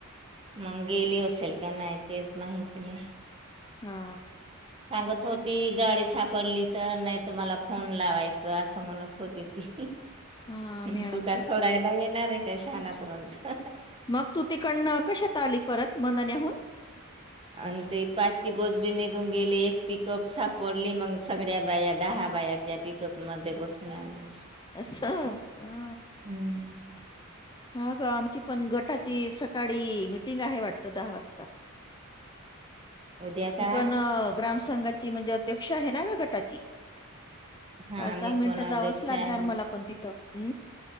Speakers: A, on the right; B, on the left.
A: मग गेली असेल का नाही तेच माहती नाही.
B: हा
A: सांगत होती गाडी सापडली तर नाही तर मला फोन लावायचं असं म्हणत होती ती
B: हा
A: हम्
B: मॅडम
A: तू का सोडायला येणार आहे का शहाणापर्यंत
B: मग तू तिकडनं कशात आली परत मनाण्याहून
A: ह <unintelligible> आणि ते पाचची बसबी निघून गेले एक पिकअप सापडली मग सगळ्या बाया दहा बायात त्या पिकप मध्ये बसून आले.
B: असं ह
A: हम्म
B: हा का आमची पण गटाची सकाळी मिटिंग आहे वाटतं दहा वाजता
A: उद्या का
B: मी पण ग्राम संघाची म्हणजे अध्यक्ष आहे ना ग गटाची
A: हा
B: पाच दहा
A: मी
B: मिनिटं
A: पण
B: जावंच
A: अध्यक्ष
B: लागणार
A: आहे.
B: मला पण तिथं हम्